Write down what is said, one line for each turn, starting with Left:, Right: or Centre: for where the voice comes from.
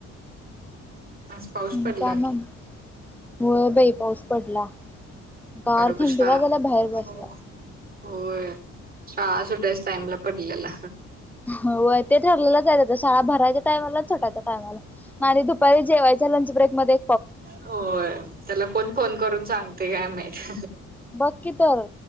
Right: आज पाऊस
Centre: आणि
Right: पडला
Centre: काय मग
Right: की.
Centre: होय बाई पाऊस पडला. गार
Right: बरोबर
Centre: थंडी
Right: शाळा
Centre: वाजायेली बाहेर
Right: हो
Centre: बसला.
Right: होय शाळा सुटायच टाईमला पडलेला.
Centre: व्हय ते ठरलेलंच आहे शाळा भरायच्या टायमला आन सुटायच्या टायमला आणि दुपारी जेवायच्या लंच ब्रेकमध्ये
Right: होय त्याला कोण फोन करून सांगतया मॅच.
Centre: बघा की तर.